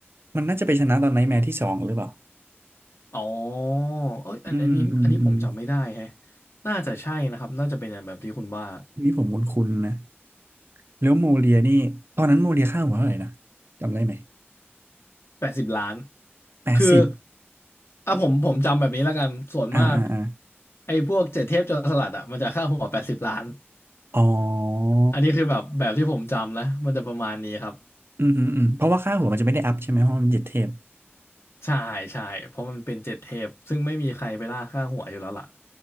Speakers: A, on the right; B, on the left.
A: มันน่าจะไปชนะตอนไนท์แมร์ที่สองหรือเปล่า
B: อ๋อเอ้ยอันอันนี้อันนี้ผมจำไม่ได้แฮะ
A: อืมอืมอืม
B: น่าจะใช่นะครับน่าจะเป็นอย่างแบบที่คุณว่า
A: นี่ผมคุ้นๆนะแล้วโมเลียนี่ตอนนั้นโมเลียค่าหัวเท่าไหร่นะจำได้ไหม
B: แปดสิบล้าน
A: แปดสิบ
B: คืออ่ะผมผมจำแบบนี้แล้วกันส่วนมาก
A: อ่าอ่าอ่า
B: ไอ้พวกเจ็ดเทพโจรสลัดอ่ะมันจะค่าหัวแปดสิบล้าน
A: อ๋อ
B: อันนี้คือแบบแบบที่ผมจำนะมันจะประมาณนี้ครับ
A: อืมอืมอืมเพราะว่าค่าหัวมันจะไม่ได้อัพใช่ไหมเพราะมันเหยียดเทป
B: ใช่ใช่เพราะมันเป็นเจ็ดเทพซึ่งไม่มีใครไปล่าค่าหัวอยู่แล้วล่ะ